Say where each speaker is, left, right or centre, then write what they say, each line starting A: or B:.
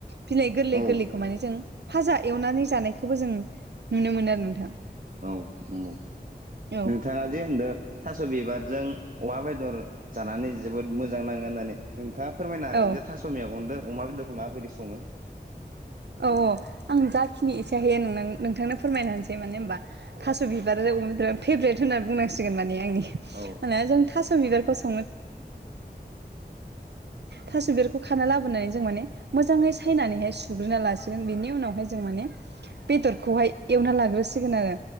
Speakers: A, on the right; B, on the right.
A: बिलाइ गोरलै
B: औ
A: गोरलै खौ माने जों फाजा एवनानै जानायखौबो जों नुनो मोनो आरो नोंथां
B: औ नंगौ
A: औ
B: नोंथाङा जे होनदों थास' बिबारजों अमा बेदर जानानै जोबोद मोजां नाङो होननानै नोंथाङा फोरमायनो हागोन
A: औ
B: जे थास मेगंदों अमा बेदरखौ माबायदि सङो?
A: औ औ आं जाखिनि एसे हयो नोंनो नोंथांनो फोरमायना होनोसै मानो होनबा
B: औ
A: थास' बि बारजों अमा बेदरा फेभरेट होननानै बुंनसिगोन माने आंनि
B: औ
A: ना जों थास' बिबारखौ संनो थास' बिबारखौ खाना लाबोनानै जों माने मोजाङै सायनानैहाय सुग्रोना लासिगोन बेनि उनावहाय जों माने बेदरखौहाय एवना लाग्रोसिगोन आरो।